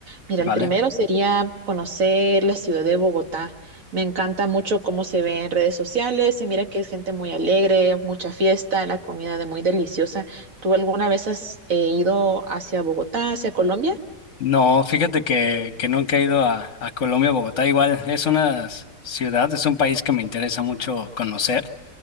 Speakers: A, on the right; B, on the left.
A: Mira,
B: vale.
A: el primero sería conocer la ciudad de Bogotá. Me encanta mucho cómo se ve en redes sociales. Se mira que es gente muy alegre, mucha fiesta, la comida de muy deliciosa. ¿Tú alguna vez has eh, ido hacia Bogotá, hacia Colombia?
B: No, fíjate que, que nunca he ido a, a Colombia, Bogotá. Igual es una s- ciudad, es un país que me interesa mucho conocer.